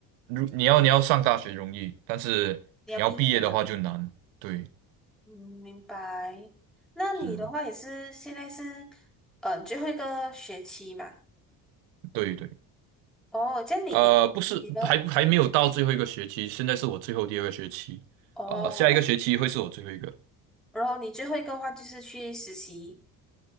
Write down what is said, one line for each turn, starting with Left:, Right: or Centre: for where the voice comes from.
Right: 如你要你要上大学容易，但是你要毕业的话就难。
Centre: 你要毕业了嘛？
Right: 对，
Centre: 嗯，明白。那你的话也是现在是，
Right: 是，
Centre: 嗯，最后一个学期嘛？
Right: 对对。
Centre: 哦，这样你已经实习了
Right: 呃，不是，还还没有到最后一个学期，现在是我最后第二个学期，
Centre: 哦，
Right: 呃，下一个学期会是我最后一个。
Centre: 然后你最后一个话就是去实习